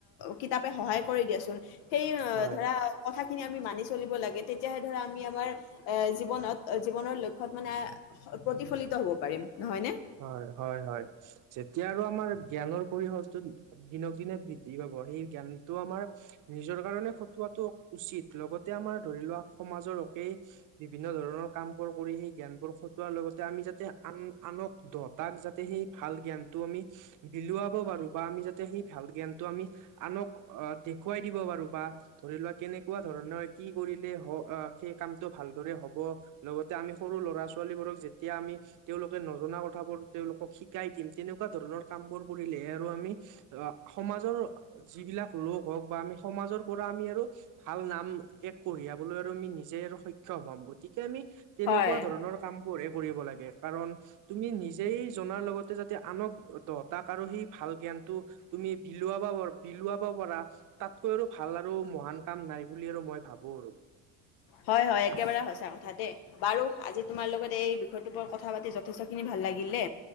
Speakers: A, on the left; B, on the right.
A: কিতাপে সহায় কৰি দিয়াচোন সেই অ
B: হয়
A: ধৰা কথাখিনি আমি মানি চলিব লাগে তেতিয়াহে ধৰা আমি আমাৰ এ জীৱনত জীৱনৰ লক্ষ্যত মানে প্ৰতিফলিত হব পাৰিম নহয় নে
B: হয় হয় হয় যেতিয়া আৰু আমাৰ জ্ঞানৰ পৰিসৰটো দিনক দিনে বৃদ্ধি পাব সেই জ্ঞানটো আমাৰ নিজৰ কাৰণে খটোৱাটো উচিত লগতে আমাৰ ধৰি লোৱা সমাজৰ হকেই বিভিন্ন ধৰণৰ কাম বোৰ কৰি সেই জ্ঞানবোৰ খটোৱাৰ লগতে আমি যাতে আন আনক দতাক যাতে সেই ভাল জ্ঞানটো আমি বিলুৱাব পাৰো বা আমি যাতে সেই ভাল জ্ঞানটো আমি আনক অ দেখুৱাই দিব পাৰো বা ধৰি লোৱা কেনেকুৱা ধৰণৰ কি কৰিলে হ সেই কামটো ভালদৰে হ'ব। লগতে আমি সৰু ল'ৰা-ছোৱালীবোৰক যেতিয়া আমি তেওঁলোকে নজনা ক থাবোৰ তেওঁলোকক শিকাই দিম তেনেকুৱা ধৰণৰ কাম বোৰ কৰিলেহে আ আমি সমাজৰ যিবিলাক লোক হওঁক বা আমি সমাজৰ পৰা আমি আৰু ভাল নাম এক কঢ়িয়াবলৈ আৰু আমি নিজে আৰু সক্ষম হম, গতিকে আমি তেনেকুৱা
A: হয়।
B: ধৰণৰ কামবোৰ হে কৰিব লাগে কাৰণ তুমি নিজেই জনাৰ লগতে যাতে আনক দব তাক আৰু সেই ভাল জ্ঞানটো তুমি বিলুৱা বৰ বিলুৱ পাৰা তাতকৈ আৰু ভাল আৰু মহান কাম নাই বুলি আৰু মই ভাবো আৰু।
A: হয় হয় একেবাৰে সঁচা কথা দে। বাৰু আজি তোমাৰ লগত এই বিষয়টো ওপ কথা পাতি যথেষ্টখিনি ভাল লাগিল দে।